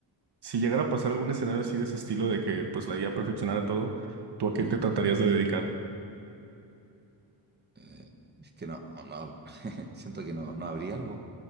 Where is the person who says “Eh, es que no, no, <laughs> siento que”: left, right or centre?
Right